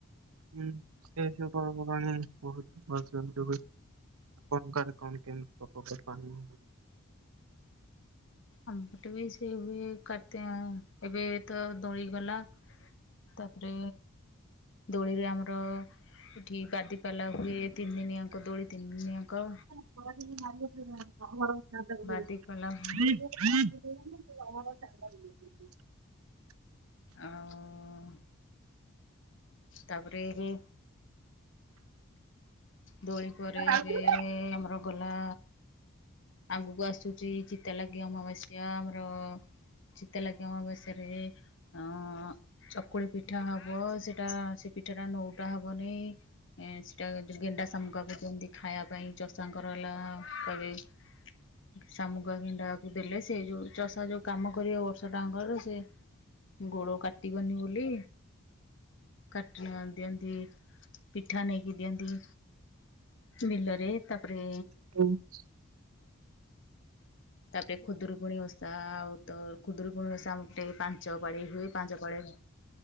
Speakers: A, on the right; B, on the left.
A: ଉଁ ସେ ସଉ ପର୍ବପବାଣୀ ବୋହୁତ୍ ଭଲସେ ଏମିତି ହୁଏ। ଆପଣଙ୍କ ଆରେ କଣ କେମତି ପବ ହୁଏ ପାଣି
B: ଆମପଟେ ବି ସେ ହୁଏ କାର୍ତ୍ତି ଏବେ ତ ଦୋଳିଗଲା। ତାପରେ ଦୋଳିରେ ଆମର ଏଠି ବାଦିପାଲା ହୁଏ, ତିନିଦିନ ଆଙ୍କ ଦୋଳି ତିନି ଦିନ ଆଙ୍କ
A: ଛଅଦିନ
B: ବାଦିପାଲା
A: <inaudible>
B: ହୁଏ।
A: <inaudible>
B: ଆଉ ତାପରେ ଏବେ ଦୋଳି ପରେ
A: ଆ
B: ଏବେ
A: କିଏ
B: ଆମର ଗଲା ଆଗୁକୁ ଆସୁଚି ଚିତାଲାଗି ଅମାବାସ୍ୟା ଆମର ଚିତାଲାଗି ଅମାବାସ୍ୟାରେ ଅଁ ଚ ଚକୁଳି ପିଠା ହବ ସେଇଟା ସେ ପିଠାଟା ନୋଉଟା ହବନି ଏଁ ସେଇଟା ଗେଣ୍ଡା, ଶାମୁକାକୁ ଦିଅନ୍ତି ଖାଇଆ ପାଇଁ ଚଷାଙ୍କର ହେଲା କହିବେ ଶାମୁକା ଗେଣ୍ଡାକୁ ଦେଲେ ସେ ଯୋଉ ଚଷା ଯୋଉ କାମ କରିବ ବର୍ଷା ତାଙ୍କର ସିଏ ଗୋଡ କାଟିିବନି ବୋଲି କାଟ ନା ଦିଅନ୍ତି ପିଠା ନେଇକି ଦିଅନ୍ତି। ବିଲରେ ତାପରେ
A: <inaudible>
B: ତାପରେ ଖୁଦୁରୁକୁୁଣି ଓଷା ଆଉ ତ ଖୁଦୁରୁକୁୁଣି ଓଷା ଆମ ଏଇ ପାଞ୍ଚ ପାଳି ହୁଏ, ପାଞ୍ଚ ପାଳି